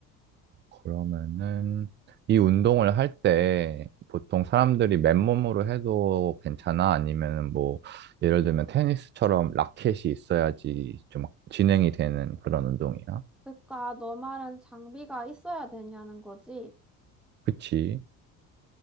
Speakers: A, on the right; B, in the centre.
A: 그러면은 이 운동을 할 때 보통 사람들이 맨몸으로 해도 괜찮아? 아니면은 뭐 예를 들면 테니스처럼 라켓이 있어야지 좀 진행이 되는 그런 운동이야?
B: 그러니까 너 말은 장비가 있어야 되냐는 거지?
A: 그치?